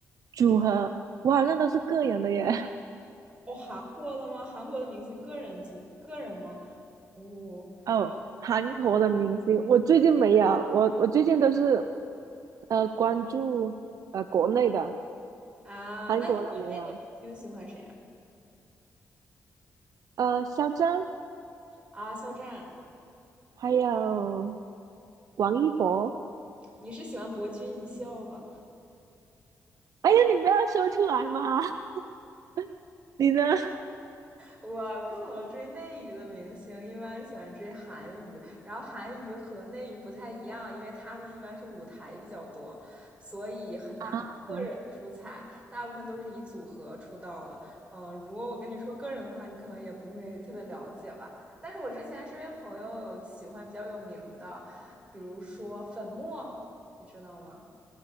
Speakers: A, on the right (about 70°); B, on the right (about 20°).
A: 组合，我好像都是个人的耶。
B: 哦，韩国的吗？韩国的明星个人组个人吗？哦
A: <laughs> 哦，韩国的明星，我最近没有，我我最近都是呃关注呃国内的，
B: 啊，
A: 韩国的没有，
B: 那国内的明星喜欢谁啊？
A: 呃，肖战，
B: 啊，肖战。
A: 还有王一博。
B: 你是喜欢博君一笑吧？
A: 哎呀，你不要说出来嘛！<laughs> 你呢？
B: 我不怎么追内娱的明星，一般喜欢追韩娱。然后韩娱和内娱不太一样，因为他们一般是舞台比较多，所以很难个人出彩，
A: <laughs> 嗯，
B: 大部分都是以组合出道的。嗯，如果我跟你说个人的话，你可能也不会特别了解吧。但是我之前身边朋友有喜欢比较有名的，比如说粉墨，你知道吗？